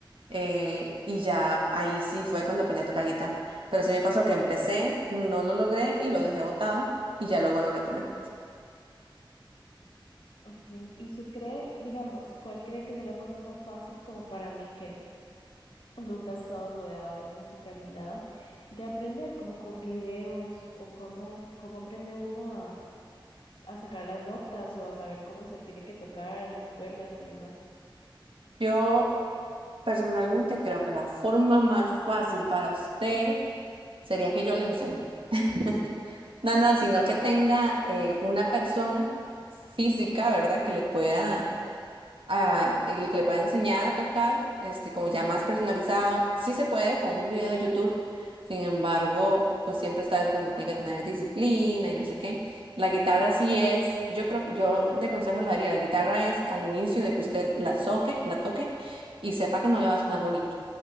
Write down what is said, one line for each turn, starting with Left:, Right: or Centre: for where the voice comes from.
Right: eh, y ya ahí sí fue cuando aprendí a tocar guitarra. Pero sí me pasó que empecé, no lo logré y lo dejé botado y ya luego lo retomé.
Left: ok. ¿Y usted cree, digamos, cuál cree que sea la forma más fácil como para mí que nunca he estado rodeada de música ni nada, de aprender, como con videos o cómo, cómo aprende uno a, a sacar las notas o a saber cómo se tienen que tocar las cuerdas y demás?
Right: Yo personalmente creo que la forma más fácil para usted sería que yo le enseñe. <laughs> No, no, sino que tenga eh, una persona física, ¿verdad? Que le pueda a- el que le pueda enseñar a tocar, este, como ya más personalizado, sí se puede con un video de YouTube. Sin embargo, pues siempre está eso como que tiene que tener disciplina y no sé qué. La guitarra sí es, yo creo, yo de consejo le daría, la guitarra es al inicio de que usted la toque, la toque y sepa que no le va a sonar bonito.